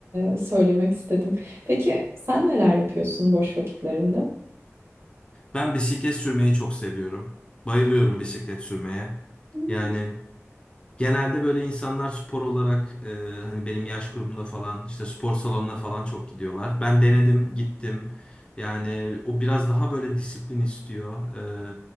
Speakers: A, on the right; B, on the left.
A: e, söylemek istedim. Peki sen neler yapıyorsun boş vakitlerinde?
B: Ben bisiklet sürmeyi çok seviyorum. Bayılıyorum bisiklet sürmeye.
A: Hmm,
B: Yani Genelde böyle insanlar spor olarak e, hani benim yaş grubumda falan işte spor salonuna falan çok gidiyorlar. Ben denedim, gittim. Yani o biraz daha böyle disiplin istiyor. E,